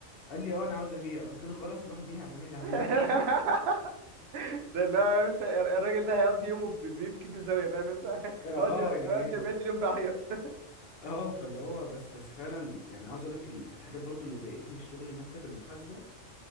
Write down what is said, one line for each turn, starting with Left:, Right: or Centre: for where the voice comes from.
Left: قال لي اه انا عاوز ابيع قلت له خلاص روح بيع انا مالي هعمل
Right: <laughs>
Left: لك ايه <laughs>
Right: ده لا انت الراجل ده هيقضي يومه بي- بيبكي في الزاويه فاهم انت <laughs>
Left: اه
Right: هيقضي
Left: يعني
Right: هيقضي بقيه اليوم بيعيط <laughs>
Left: اه فاللي هو بس بس فعلا يعني عاوز اقولك ال- الحاجات برضو اللي ضايقتني في شغل مكتب المحاسبة